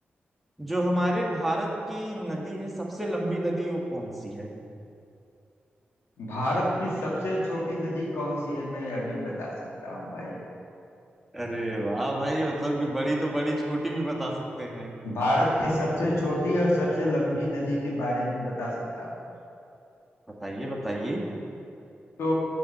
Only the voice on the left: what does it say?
भारत की सबसे छोटी नदी कौन सी है मैं यह भी बता सकता हूँ भाई
भारत की सबसे छोटी और सबसे लंबी नदी के बारे में बता सकता हूँ
तो